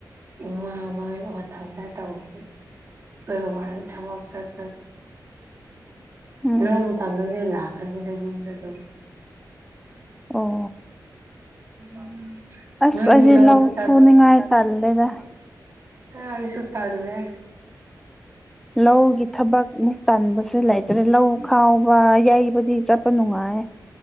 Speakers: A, on the right; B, in the centre.
A: ꯃꯥ ꯃꯥ ꯃꯊꯟꯇ ꯇꯧꯏ꯫ ꯀꯣꯏꯕꯥ ꯊꯋꯥꯛꯆꯠ꯫
B: ꯎꯝ
A: ꯅꯣꯡꯃ ꯃꯇꯝꯗꯨꯗꯩ ꯂꯥꯛꯀꯅꯤꯗ ꯌꯗ ꯑꯗꯨꯝ꯫
B: ꯑꯣ
A: ꯎꯝ
B: ꯑꯁ
A: ꯅꯣꯏꯗꯤ
B: ꯑꯩꯗꯤ
A: ꯂꯧ ꯆꯠꯈꯔ꯭ꯦ
B: ꯁꯨꯅꯤꯡꯉꯥꯏ ꯇꯜꯂꯦꯗ꯫
A: ꯑ ꯑꯩ ꯁ ꯇꯜꯂꯦ꯫
B: ꯂꯧꯒꯤ ꯊꯕꯛ ꯃꯨꯛ ꯇꯟꯕꯁꯦ ꯂꯩꯇ꯭ꯔꯦ ꯂꯧ ꯈꯥꯎꯕ ꯌꯩꯕꯗꯤ ꯆꯠꯄ ꯅꯨꯡꯉꯥꯏ꯫